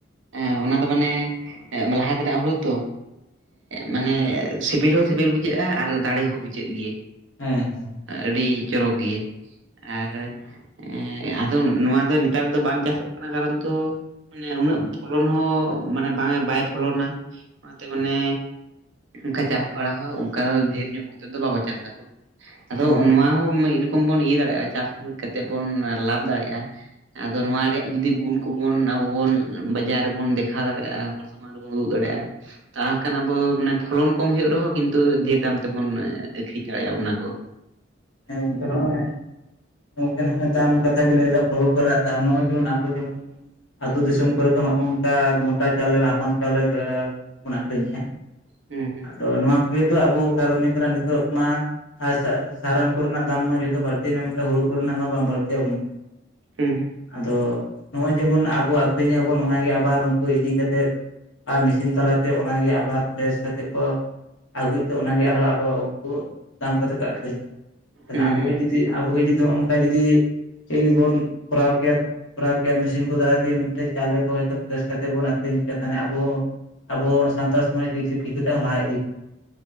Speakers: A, on the right; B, on the left.
A: ᱮ ᱚᱱᱟ ᱫᱚ ᱢᱟᱱᱮ ᱞᱟᱦᱟ ᱛᱮᱱᱟᱜ ᱦᱩᱲᱩ ᱛᱚ ᱢᱟᱱᱮ ᱥᱤᱵᱤᱞ ᱦᱚᱸ ᱥᱤᱵᱤᱞ ᱵᱩᱡᱷᱟᱹᱜᱼᱟ ᱟᱨ ᱫᱟᱲᱮ ᱦᱚᱸ ᱵᱩᱡᱷᱟᱹᱜ ᱜᱮ
B: ᱦᱮᱸ ᱦᱮᱸ
A: ᱟᱹᱰᱤ ᱪᱚᱨᱚᱠ ᱜᱮ ᱟᱨ ᱮ ᱟᱫᱚ ᱱᱚᱶᱟ ᱫᱚ ᱱᱮᱛᱟᱨ ᱫᱚ ᱵᱟᱝ ᱪᱟᱥᱚᱜ ᱠᱟᱱᱟ ᱠᱟᱨᱚᱱ ᱛᱚ ᱢᱟᱱᱮ ᱩᱱᱟᱹᱜ ᱯᱷᱚᱞᱚᱱ ᱦᱚᱸ ᱢᱟᱱᱮ ᱵᱟᱝ ᱵᱟᱭ ᱯᱷᱚᱞᱚᱱᱟ ᱚᱱᱟᱛᱮ ᱢᱟᱱᱮ ᱚᱱᱠᱟ ᱪᱟᱥ ᱵᱟᱲᱟ ᱦᱚᱸ ᱚᱱᱠᱟ ᱰᱷᱮᱨ ᱧᱚᱜ ᱠᱟᱛᱮᱫ ᱫᱚ ᱵᱟᱠᱚ ᱪᱟᱥ ᱟᱫᱚ
B: ᱦᱮᱸ
A: ᱱᱚᱶᱟ ᱦᱚᱸ ᱢᱤᱫ ᱠᱚᱢ ᱵᱚᱱ ᱤᱭᱟᱹ ᱫᱟᱲᱮᱭᱟᱜᱼᱟ ᱪᱟᱥ ᱠᱟᱛᱮ ᱵᱚᱱ ᱞᱟᱵᱷ ᱫᱟᱲᱮᱭᱟᱜᱼᱟ ᱟᱫᱚ ᱱᱚᱶᱟ ᱨᱮᱭᱟᱜ ᱡᱩᱫᱤ ᱜᱩᱱ ᱠᱚᱵᱚᱱ ᱟᱵᱚ ᱵᱚᱱ ᱵᱟᱡᱟᱨ ᱨᱮᱵᱚᱱ ᱫᱮᱠᱷᱟᱣ ᱫᱟᱲᱮᱭᱟᱜᱼᱟ ᱦᱚᱲ ᱢᱟᱨᱵᱚᱱ ᱩᱫᱩᱜ ᱫᱟᱲᱮᱭᱟᱜᱼᱟ ᱛᱟᱠᱟᱱᱟ ᱵᱚ ᱯᱷᱚᱞᱚᱱ ᱠᱚᱢ ᱦᱩᱭᱩᱜ ᱨᱮᱦᱚᱸ ᱠᱤᱱ ᱛᱳ ᱰᱷᱮᱨ ᱫᱟᱢ ᱛᱮᱵᱚᱱ ᱟᱹᱠᱷᱨᱤᱧ ᱟᱲᱮᱭᱟᱢ ᱚᱱᱟ ᱠᱚ ᱾
B: ᱦᱮᱸ ᱜᱚᱢᱠᱮ ᱱᱟᱜᱼᱚᱭ ᱜᱚᱝᱠᱮ ᱱᱚᱦᱚᱸᱭ ᱫᱟᱢ ᱠᱟᱛᱷᱟ ᱵᱤᱱ ᱞᱟᱹᱭ ᱠᱮᱫᱟ ᱯᱷᱚᱞᱚᱱ ᱠᱚ ᱨᱮᱭᱟᱜ ᱫᱟᱢ ᱱᱚᱜᱼᱚᱭ ᱡᱮᱢᱚᱱ ᱟᱵᱚ ᱡᱮᱢᱚᱱ ᱾ ᱟᱹᱛᱩ
A: ᱦᱩᱸ
B: ᱫᱤᱥᱚᱢ ᱠᱚᱨᱮ ᱠᱚ ᱱᱚᱜᱼᱚ ᱱᱚᱝᱠᱟ ᱢᱳᱴᱟ ᱪᱟᱣᱞᱮ ᱦᱟᱢᱟᱞ ᱪᱟᱣᱞᱮ ᱜᱮᱯ ᱵᱚᱱ ᱟᱹᱠᱷᱨᱤᱧᱮᱜᱟ ᱾
A: ᱦᱩᱸ ᱦᱩᱸ
B: ᱟᱫᱚ ᱱᱚᱶᱟ ᱠᱚᱜᱮ ᱛᱚ ᱟᱵᱚ ᱠᱟᱨᱚᱱ ᱱᱮᱠᱟᱨᱟᱱ ᱱᱤᱛᱳᱜ ᱢᱟ ᱥᱟᱨᱟᱢ ᱠᱚᱨᱮᱱᱟᱜ ᱫᱟᱢ ᱢᱟ ᱡᱷᱚᱛᱚ ᱵᱟᱹᱲᱛᱤᱮᱱᱟ ᱱᱚᱛᱮ ᱦᱩᱲᱩ ᱠᱚᱨᱮᱱᱟᱜ ᱢᱟ ᱵᱟᱝ ᱵᱟᱹᱲᱛᱤ ᱭᱟᱵᱚᱱ
A: ᱦᱩᱸ ᱦᱩᱸ
B: ᱟᱫᱚ ᱱᱚᱜ ᱚᱭ ᱡᱮᱢᱚᱱ ᱟᱵᱚ ᱟᱠᱷᱨᱤᱧ ᱟᱵᱚᱱ ᱚᱱᱟᱜᱮ ᱟᱵᱟᱨ ᱩᱱᱠᱩ ᱤᱫᱤ ᱠᱟᱛᱮᱜ ᱟᱨ ᱢᱮᱥᱤᱱ ᱛᱟᱞᱟᱛᱮ ᱚᱱᱟᱜᱮ ᱟᱵᱟᱨ ᱯᱷᱨᱮᱥ ᱠᱟᱛᱮᱫ ᱠᱚ ᱟᱹᱜᱩᱭ ᱛᱮ ᱚᱱᱟᱜᱮ ᱟᱨᱚ ᱟᱠᱚ ᱩᱱᱠᱩ ᱫᱟᱢ ᱠᱟᱛᱮ ᱠᱚ ᱟᱠᱷᱨᱤᱧᱟ ᱾ ᱛᱟᱞᱦᱮ
A: ᱦᱩᱸ
B: ᱟᱵᱚᱜᱮ
A: ᱦᱩᱸ ᱦᱩᱸ
B: ᱡᱩᱫᱤ ᱟᱵᱚᱜᱮ ᱡᱩᱫᱤ ᱚᱝᱠᱟ ᱡᱩᱫᱤ ᱪᱮᱭ ᱵᱚᱱ ᱠᱚᱨᱟᱣ ᱠᱮᱭᱟ ᱾ ᱠᱚᱨᱟᱣ ᱠᱮᱭᱟ ᱢᱮᱥᱤᱱ ᱠᱚ ᱫᱟᱨᱟᱭ ᱛᱮᱜᱮ ᱢᱤᱫᱴᱮᱱ ᱪᱟᱣᱞᱮ ᱠᱚ ᱦᱚᱭᱛᱳ ᱯᱨᱮᱥ ᱠᱟᱛᱮᱫ ᱵᱚᱱ ᱟᱹᱠᱷᱨᱤᱧ ᱠᱮᱭᱟ ᱛᱟᱱᱮ ᱟᱵᱚ ᱟᱵᱚ ᱥᱟᱱᱛᱟᱲ ᱥᱚᱢᱟᱡᱽ ᱠᱤᱪᱷᱩ ᱠᱤᱪᱷᱩᱛᱟ ᱞᱟᱜ ᱤᱫᱤ